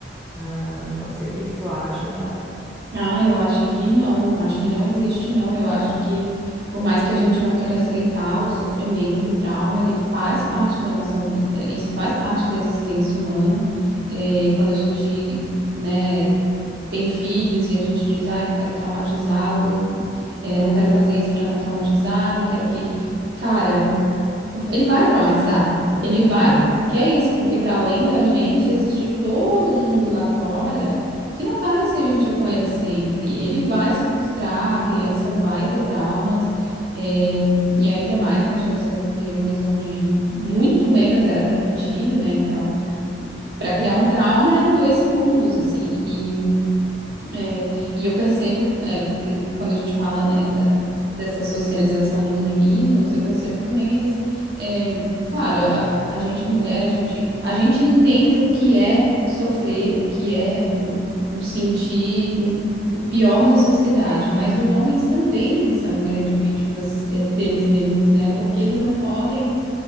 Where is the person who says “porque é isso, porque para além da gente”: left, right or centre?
Right